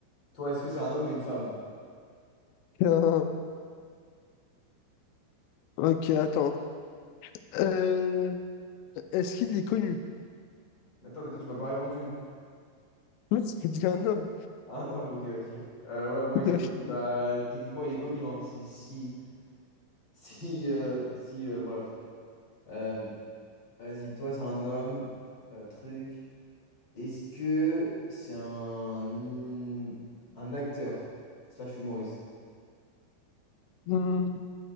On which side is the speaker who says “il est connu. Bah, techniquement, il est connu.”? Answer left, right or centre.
Left